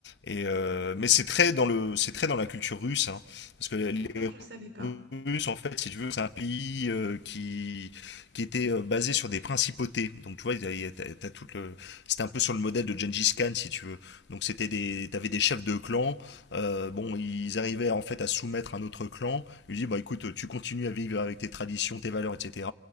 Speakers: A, on the left; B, on the right.
A: Et euh, mais c'est très dans le, c'est très dans la culture russe, hein, parce que les
B: d'accord, je savais pas.
A: Russes, en fait, si tu veux, c'est un pays euh, qui qui était euh, basé sur des principautés. Donc tu vois, il y a- il y a- t'as- t'as tout le, c'était un peu sur le modèle de Gengis Khan, si tu veux. Donc c'était des, t'avais des chefs de clan. euh, bon, ils arrivaient en fait à soumettre un autre clan. Ils disaient, bah écoute, tu continues à vivre avec tes traditions, tes valeurs, etc